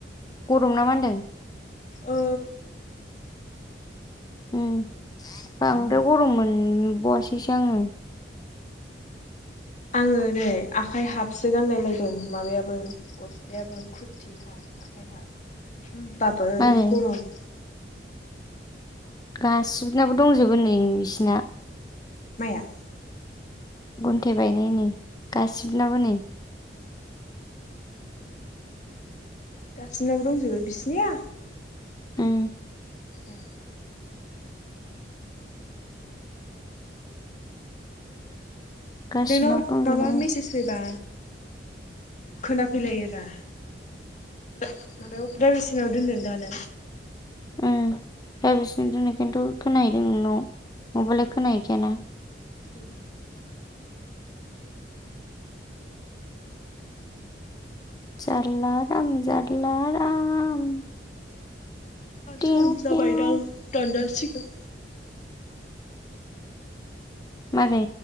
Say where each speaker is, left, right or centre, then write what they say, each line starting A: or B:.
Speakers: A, on the left; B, on the left.
A: गरम ना मा होनदों
B: औ
A: ओ बांद्राय गरम मोनबावासैसो आङो
B: आङो नै आखाइ हाबसो गानलायलायदों माबायाबो गस्लायाबो खुरथि हाब आखाइ होनोमबाबो
A: मालाय
B: गरमखौ
A: गासिबनाबो दंजोबो नै बिसिना
B: माया
A: गुन्थे बायनाय नै गासिबनबो नै
B: गासिनावबो दंजोबो बिसिनिया
A: उम
B: ए
A: गासिबनाबो
B: नोंनाव
A: दंजोबो
B: माबा
A: नै
B: मेसेज फैबा खोनाफैलायो दा माबायाव अ ब्रायभेसिनाव दोनदों दानों
A: उ भाइब्रेसन आव दोननायखायन्थ खोनाहैदों नोंनाव
B: उम
A: नङाबालाय खोना हैखाया ना
B: उम
A: जारला राम जारला राम देव
B: सम जाबायदांं
A: देव
B: दानजासिगोन
A: मारै